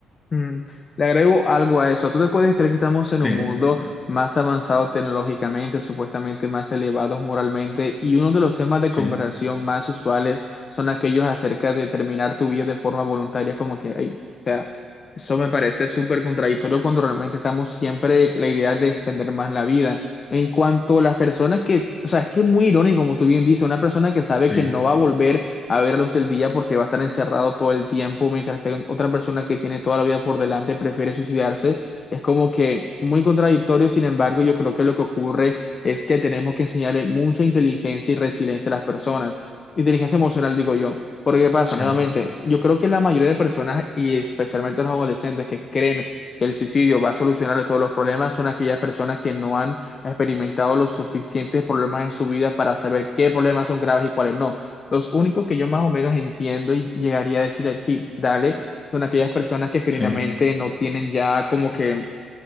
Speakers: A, on the left; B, on the left.
A: Mm, Le agrego algo a eso. ¿Tú te puedes creer que estamos en
B: Sí,
A: un mundo más avanzado tecnológicamente, supuestamente más elevados moralmente? Y uno de los temas de
B: sí,
A: conversación más usuales son aquellos acerca de terminar tu vida de forma voluntaria, como que, ay, o sea, eso me parece súper contradictorio cuando realmente estamos siempre la idea de extender más la vida. En cuanto a las personas que, o sea, es que es muy irónico, como tú bien dices, una persona que sabe
B: sí,
A: que no va a volver a ver a luz del día porque va a estar encerrado todo el tiempo, mientras que hay otra persona que tiene toda la vida por delante prefiere suicidarse. Es como que muy contradictorio, sin embargo, yo creo que lo que ocurre es que tenemos que enseñarle mucha inteligencia y resiliencia a las personas. Inteligencia emocional, digo yo. Porque ¿qué pasa?
B: sí,
A: Nuevamente, yo creo que la mayoría de personas, y especialmente los adolescentes que creen que el suicidio va a solucionar todos los problemas, son aquellas personas que no han experimentado los suficientes problemas en su vida para saber qué problemas son graves y cuáles no. Los únicos que yo más o menos entiendo y llegaría a decir, sí, dale, son aquellas personas que genuinamente
B: sí.
A: no tienen ya como que